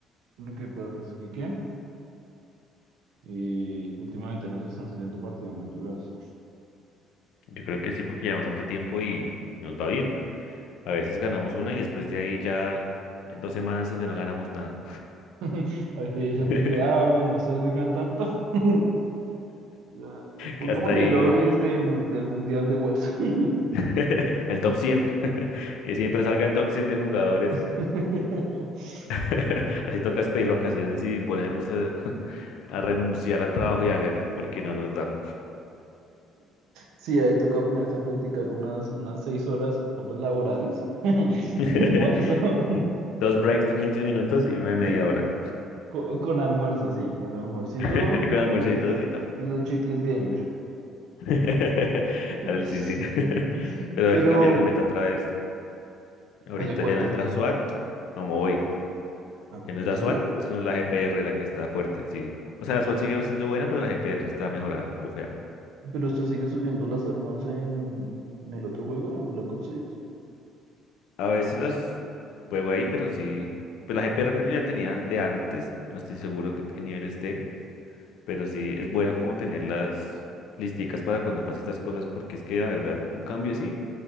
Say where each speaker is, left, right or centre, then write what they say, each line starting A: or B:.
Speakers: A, on the right; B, on the left.
A: lo que pasa es que, ¿qué? y últimamente nos están saliendo partidas muy duras.
B: Yo creo que sí, porque llevamos tanto tiempo y, y nos va bien. A veces ganamos una y después de ahí ya hay dos semanas donde no ganamos nada.
A: <laughs> Activision
B: <laughs>
A: dice, ah, bueno, ustedes juegan tanto. <laughs> Ah, Pongámosle
B: Que hasta ahí
A: lobbies de, mu- del Mundial de Warzone.
B: <laughs> el top 100 <laughs> que siempre salga el top 100 de jugadores.
A: <laughs>
B: <laughs> Así toca pedir vacaciones y ponernos a, <laughs> a renunciar al trabajo y hágale, porque no nos da.
A: Sí, ahí toca ponerse en practicar unas, unas seis horas, horas laborales. <laughs>
B: <laughs>
A: en Warzone.
B: Un- Dos breaks de 15 minutos y uno de media
A: Sí,
B: hora.
A: Co- Con, almuerzo, sí, el almuercito
B: <laughs> Con almuercitos
A: y,
B: y tampoco.
A: y los chicles gamer.
B: <laughs>
A: <laughs>
B: Al- Sí, sí. <laughs> Pero
A: Pero,
B: hay que cambiar el meta otra vez. Ahorita
A: ¿hace cuánto?
B: ya no es la SWAT, como hoy.
A: Ah,
B: Ya no
A: ¿En
B: es la
A: serio?
B: SWAT, sino la GPR la que está fuerte, sí. O sea, la SWAT sigue siendo buena, pero la GPR está mejorada, bufeada.
A: ¿Pero usted sigue subiendo las armas en, en el otro juego, en Black Ops seis
B: A veces las juego ahí, pero sí. Pues la GPR creo que ya tenía de antes, no estoy seguro qué, qué nivel esté, pero sí es bueno como tenerlas listicas para cuando pase estas cosas, porque es que la verdad, un cambio así